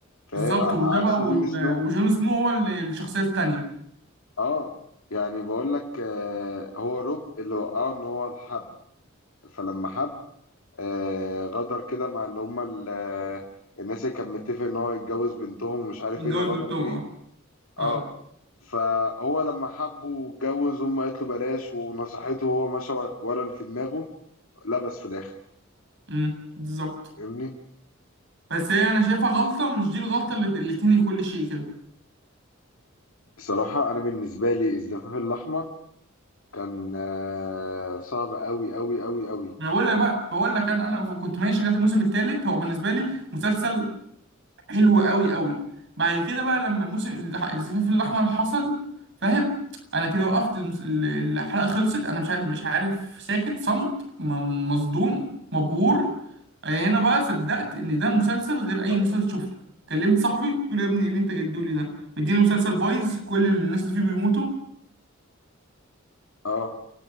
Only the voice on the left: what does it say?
فاهم
على
عكس
جون سنو
اه يعني بقول لك آه هو روب اللي وقعه ان هو الحب فلما حب آه غدر كده مع اللي هم ال- آه، الناس اللي كان متفق ان هو يتجوز بنتهم ومش عارف
ايه اللي غدروا
بيه
اه فهو لما حبه واتجوز هم قالت له بلاش ونصحته وهو مشى ورا اللي في دماغه لبس في الاخر
فاهمني
بصراحه انا بالنسبه لي الزفاف الاحمر كان آه، صعب قوي قوي قوي قوي
م.
اه
آه،